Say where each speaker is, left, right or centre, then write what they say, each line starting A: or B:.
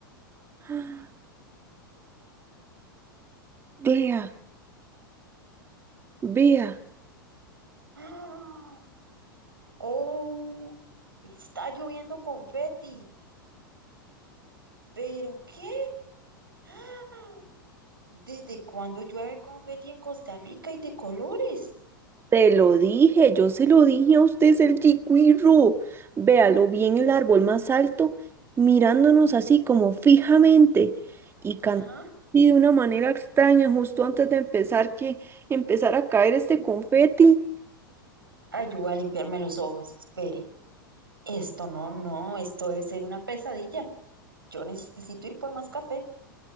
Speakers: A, on the right; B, on the right.
A: <gasps> Vea, vea.
B: ¡Ah! ¡Oh! Está lloviendo confeti. ¿Pero qué? ¡Ah! ¿Desde cuándo llueve confeti en Costa Rica y de colores?
A: Te lo dije, yo se lo dije a usted, es el chiquirro. Véalo bien el árbol más alto, mirándonos así como fijamente y cantando
B: Ajá.
A: de una manera extraña justo antes de empezar que empezar a caer este confeti.
B: Ay, yo voy a limpiarme los ojos, espere. Esto no, no, esto debe ser una pesadilla. Yo necesito ir por más café.